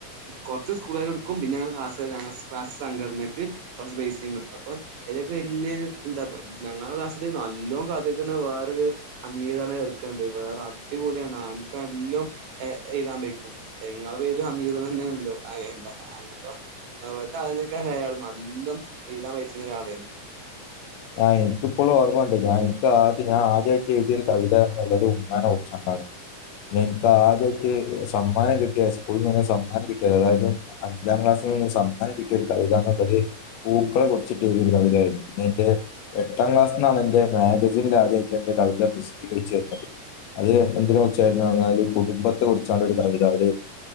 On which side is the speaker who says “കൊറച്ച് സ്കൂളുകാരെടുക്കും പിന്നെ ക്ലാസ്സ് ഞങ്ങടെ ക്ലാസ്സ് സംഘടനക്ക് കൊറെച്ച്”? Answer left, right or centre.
Right